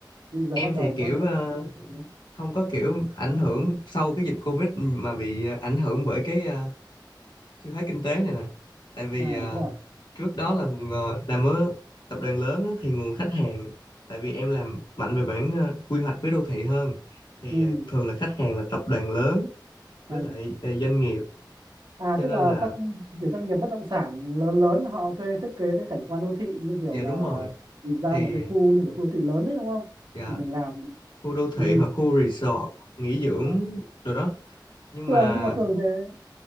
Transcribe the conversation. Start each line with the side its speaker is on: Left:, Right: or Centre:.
Right: nhưng giờ
Left: em
Right: bắt đầu
Left: thì
Right: thì
Left: kiểu
Right: bắt đầu
Left: ờ,
Right: mới chuyển hướng.
Left: không có kiểu ảnh hưởng sau cái dịch Covid mà bị ờ, ảnh hưởng bởi cái ờ, suy thoái kinh tế này nè tại vì
Right: à
Left: ờ,
Right: thế à
Left: trước đó là ờ, làm ở tập đoàn lớn á, thì nguồn khách hàng tại vì em làm mạnh về bản ờ, quy hoạch với đô thị hơn thì
Right: Ừ.
Left: ờ, thường là khách hàng là tập đoàn lớn với
Right: À.
Left: lại ờ, doanh nghiệp
Right: à
Left: cho
Right: tức
Left: nên
Right: là
Left: là
Right: các kiểu doanh nghiệp bất động sản lớn lớn họ thuê thiết kế cái cảnh quan đô thị như kiểu
Left: dạ
Right: là
Left: đúng rồi
Right: design
Left: thì
Right: một cái khu như kiểu khu đô thị lớn đấy đúng không?
Left: dạ
Right: Thì mình làm
Left: khu đô thị
Right: thì mình
Left: hoặc khu resort nghỉ dưỡng
Right: à.
Left: rồi đó nhưng
Right: thường
Left: mà
Right: nhưng mà thường thế